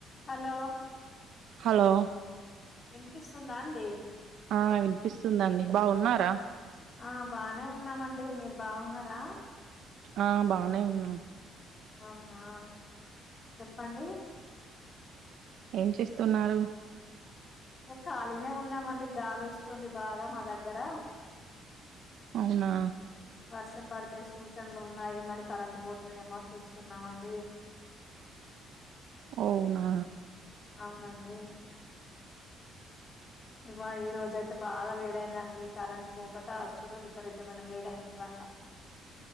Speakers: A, on the left; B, on the right.
A: హలో
B: హలో
A: వినిపిస్తుందా అండి
B: ఆ వినిపిస్తుందండి బాగున్నారా
A: ఆ బానే ఉన్నామండి మీరు బాగున్నారా
B: ఆ బానే ఉన్నాం
A: అవునా చెప్పండి
B: ఏం చేస్తున్నారు
A: ఏ ఖాళీనే ఉన్నామండి గాలి వస్తుంది బాగా మా దగ్గర
B: అవునా
A: వర్షం పడితే సూచనలు ఉన్నాయి మరి కరెంట్ పోతదమో అని చూస్తున్నామండి
B: అవునా
A: అవునండి ఇవా ఈ రోజ అయితే బాగా వేడైందండి కరెంట్ పోకట అచ్చుడు విపరీతమైన వేడైంది ఇవాళ